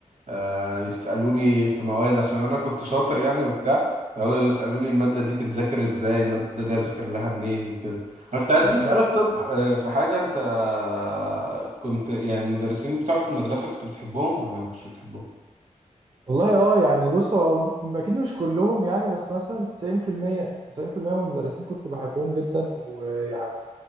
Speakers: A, on the right; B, on the right.
A: آه، يسألوني في مواد عشان انا كنت شاطر يعني وبتاع يقعدوا يسألوني المادة دي تتذاكر ازاي المادة دي اذاكر لها منين وكده انا كنت عايز
B: آه.
A: اسألك طب آه، في حاجة انت آه، كنت يعني المدرسين بتوعك في المدرسة كنت بتحبهم ولا ما كنتش بتحبهم
B: والله اه يعني بص هو م- اكيد مش كلهم يعني بس مثلا 90% 90% من المدرسين كنت بحبهم جدا ويعني